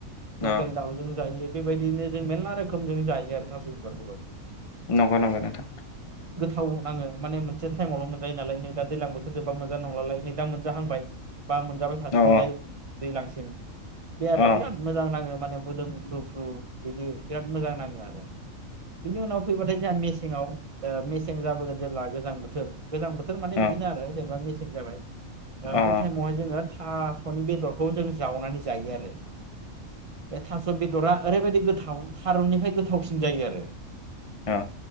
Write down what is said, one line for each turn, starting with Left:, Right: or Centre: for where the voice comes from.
Right: लकेल
Left: अ
Right: दाउजों जायो बे बेबायदिनो जों मेरला रोखोम जों जायो आरो थास' बिबारखौबो।
Left: नंगौ नंगौ नोंथां।
Right: थाव नाङो माने मोनसे टाइमावल' मोनजायो नालाय नै दा दैजां बोथोर जोबबा मोनजा नंलालाय नै दा मोनजाहांबाय बा मोनजाबाय थासिगोनलाय
Left: अ
Right: दैज्लांसिम बे आरो
Left: अ
Right: बिराद मोजां नाङो माने ब्ला मोदोमफ्रु फ्रु बिदि बिराद मोजां नाङो आरो बिनि उनाव मेसेङाव ओ मेसें जाबोगोन जेब्ला गोजां बोथोर गोजां बोथोर माने बिदिनो
Left: अ
Right: आरो जेनेबा मे सें जाबाय दा
Left: अ
Right: बै टाइमावहाय जोङो थास'नि बेदरखौ जों जावनानै जायो आरो बे थास' बेदरा ओरैबायदि गोथाव थारुननिफ्राय गोथावसिन जायो आरो।
Left: औ